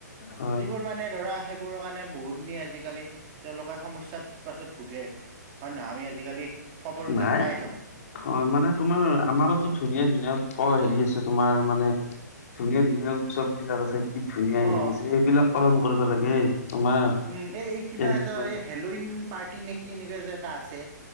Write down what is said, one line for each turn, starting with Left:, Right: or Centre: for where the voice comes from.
Left: হয়
Right: যিবোৰ মানে ধৰা! সেইবোৰৰ কাৰণে বহু খিনি আজিকালি তেওঁলোকে সমস্যাত পাছত ভোগে। হয় নে নহয় আমি আজিকালি খবৰ বিলাক
Left: নাই
Right: পায়ে থাকো।
Left: হয় মানে তোমাৰ আমাৰোতো ধুনীয়া ধুনীয়া প হেৰি আছে তোমাৰ মানে! ধুনীয়া ধুনীয়া উৎসৱ বিলাক আছে কি ধুনীয়া
Right: অ
Left: হেৰি আছে এইবিলাক পালন কৰিব লাগে তোমাৰ।
Right: উম এ এই কিবা
Left: তেনেকুৱা
Right: এটা এই হেলইন পাৰ্টি নেকি এনেকুৱা যে! আছে